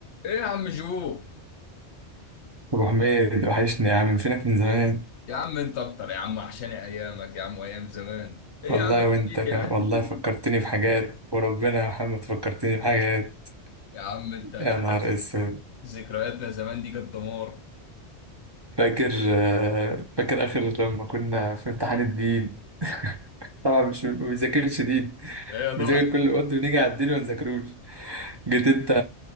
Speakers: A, on the left; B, on the right.
A: ايه يا عم جو
B: ابو حميد وحشني يا عم فينك من زمان
A: يا عم انت اكتر يا عم وحشاني ايامك يا عم وايام زمان ايه
B: والله
A: يا عم الخبيث
B: وانت كمان
A: يا عم
B: والله فكرتني
A: <laughs>
B: بحاجات وربنا يا محمد فكرتني بحاجات
A: يا عم انت ده
B: يا
A: احدث
B: نهار اسود
A: ذكرياتنا زمان دي كانت دمار
B: فاكر آه، فاكر اخر لما كنا في امتحان الدين طبعا مش ما بنذاكرش دين
A: ايه يا ضوء
B: بنذاكر كل وقت ونيجي على الدين ما نذاكروش جيت انت